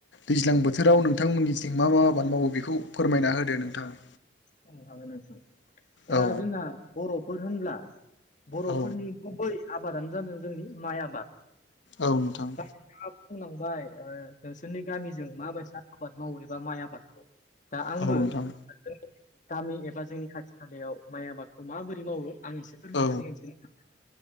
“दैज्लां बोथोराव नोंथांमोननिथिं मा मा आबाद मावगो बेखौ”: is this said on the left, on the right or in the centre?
Left